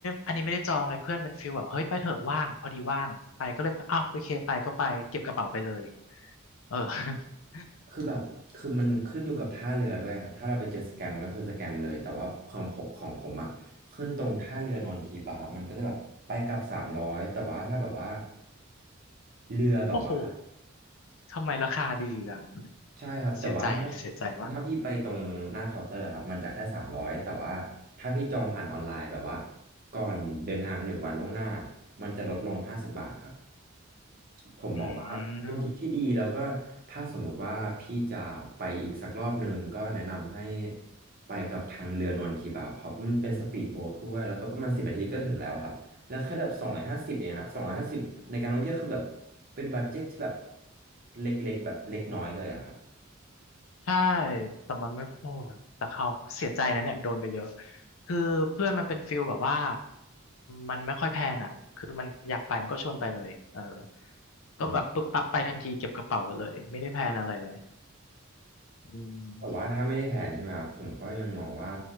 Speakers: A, on the left (about 65°); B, on the right (about 45°).
A: อันนี้ไม่ได้จองเลยเพื่อนเป็นฟิลแบบเฮ้ยไปเถอะว่างพอดีว่างไปก็เลยอ้าวโอเคไปก็ไปเก็บกระเป๋าไปเลยเออ <laughs>
B: คือแบบคือมันขึ้นอยู่กับท่าเรือด้วยครับถ้าเราไปเจอสแกมก็คือสแกมเลยแต่ว่าของผมของผมอ่ะขึ้นตรงท่าเรือนนทีบะครับมันก็จะแบบไปกลับสามร้อยแต่ว่าถ้าแบบว่าเรือแบบว่า
A: โอ้โหทำไมราคาดีจัง
B: ใช่ครับแต่ว่าถ้า
A: เสียใจเสียใจมาก
B: ถ้าพี่ไปตรงหน้าเคาน์เตอร์ครับมันจะแค่สามร้อยแต่ว่าถ้าพี่จองผ่านออนไลน์แบบว่าก่อนเดินทางหนึ่งวันล่วงหน้ามันจะลดลงห้าสิบบาทครับ ผมมองว่าเป็นทริคที่ดีแล้วก็ถ้าสมมติว่าพี่จะไปอีกสักรอบหนึ่งก็แนะนำให้
A: อืม
B: ไปกับทางเรือนวลทิพย์อะเพราะมันเป็นสปีดโบ๊ทด้วยแล้วก็ประมาณสิบนาทีก็ถึงแล้วอะครับแล้วแค่แบบสองร้อยห้าสิบเองครับสองร้อยห้าสิบในการท่องเที่ยวคือแบบเป็นบัดเจ็ตที่แบบเล็กๆแบบเล็กน้อยเลยอะครับ
A: ใช่แต่มันไม่โอ้แต่เขาเสียใจนะเนี่ยโดนไปเยอะคือเพื่อนมันเป็นฟิลแบบว่ามันไม่ค่อยแพลนอ่ะคือมันอยากไปมันก็ชวนไปเลยเออ
B: อืม
A: ก็แบบปุ๊บปั๊บไปทันทีเก็บกระเป๋าไปเลยไม่ได้แพลนอะไรเลยอืม
B: แต่ว่าถ้าไม่ได้แผนใช่ไหมครับผมก็ยังมองว่า